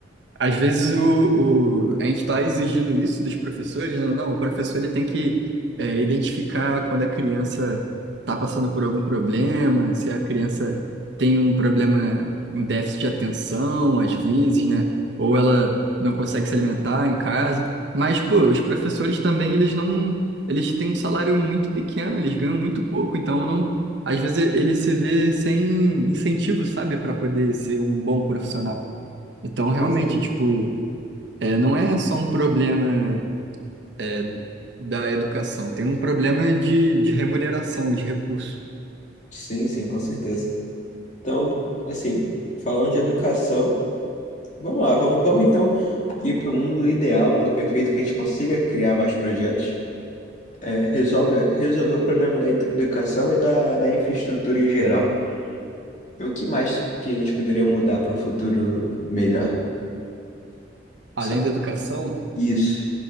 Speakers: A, on the right; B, on the left.
A: às vezes o, o- a gente está exigindo isso dos professores, né? Não, o professor ele tem que é, identificar quando a criança está passando por algum problema, se a criança tem um problema, um déficit de atenção, às vezes, né? Ou ela não consegue se alimentar em casa. Mas, pô, os professores também, eles não, eles têm um salário muito pequeno, eles ganham muito pouco, então não, às vezes ele se vê sem incentivo, sabe, para poder ser um bom profissional. Então, realmente,
B: Sim, sim.
A: tipo, é, não é só um problema é, da educação, tem um problema de, de remuneração, de recurso.
B: Sim, sim, com certeza. Então, assim, falando de educação, vamos lá, vamos, vamos então ir para o mundo ideal, mundo perfeito, que a gente consiga criar mais projetos é, resolve, resolver o problema da edu- educação e da, da infraestrutura em geral. O que mais que a gente poderia mudar para um futuro melhor?
A: Além
B: Sa-
A: da educação,
B: Isso.